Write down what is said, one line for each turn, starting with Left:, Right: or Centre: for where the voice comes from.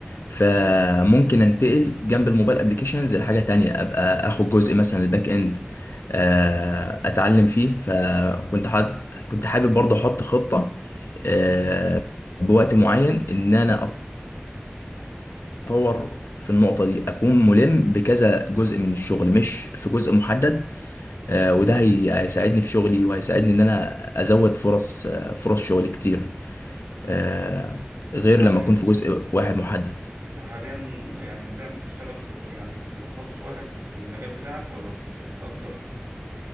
Left: فممكن انتقل جنب الموبايل ابليكيشنز لحاجه تانية ابقى اخد جزء مثلا الباك اند آه، اتعلم فيه فكنت حد كنت حابب برضه احط خطه آه، بوقت معين ان انا اطور في النقطه دي اكون ملم بكذا جزء من الشغل مش في جزء محدد آه، وده هي- هيساعدني في شغلي وهيساعدني ان انا ازود فرص آه، فرص شغل كتير آه،
Right: أنت
Left: غير
Right: حاليا
Left: لما اكون في جزء واحد محدد
Right: أنت حاليا يعني بتعمل بتشتغل في ت- يعني في تخصص واحد في المجال بتاعك ولا في, في أكتر؟